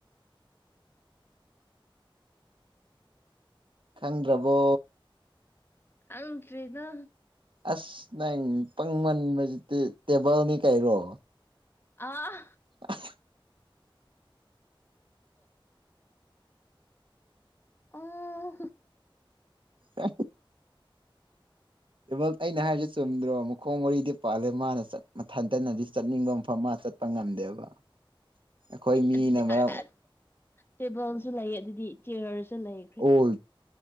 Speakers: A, on the right; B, on the left.
A: ꯈꯪꯗ꯭ꯔꯕꯣ꯫
B: ꯈꯪꯗ꯭ꯔꯤꯗ
A: ꯑꯁ ꯅꯪ ꯄꯪꯃꯟꯕꯖꯤꯛꯇꯤ ꯇꯦꯕꯜꯅꯤ ꯀꯩꯔꯣ꯫
B: ꯑꯥ
A: ꯑ
B: ꯑꯥ
A: ꯑ ꯇꯦꯕꯜ ꯑꯩꯅ ꯍꯥꯏꯔꯤꯁꯦ ꯆꯨꯝꯗ꯭ꯔꯣ ꯑꯃꯨꯛ꯫ ꯈꯣꯡ ꯃꯔꯤꯗꯤ ꯄꯥꯜꯂꯦ ꯃꯥꯅ ꯆꯠ ꯃꯊꯟꯇꯅꯗꯤ ꯆꯠꯅꯤꯡꯕ ꯃꯐꯝ ꯃꯥ ꯆꯠꯄ ꯉꯝꯗꯦꯕ꯫ ꯑꯩꯈꯣꯏ ꯃꯤꯅ
B: ꯑꯗꯨꯗꯤ
A: ꯃꯔꯝ
B: ꯑꯥ ꯑꯥ ꯇꯦꯕꯜꯁꯨ ꯂꯩ ꯑꯗꯨꯗꯤ ꯆꯤꯌꯔꯁꯨ ꯂꯩ꯫
A: ꯑꯣꯜ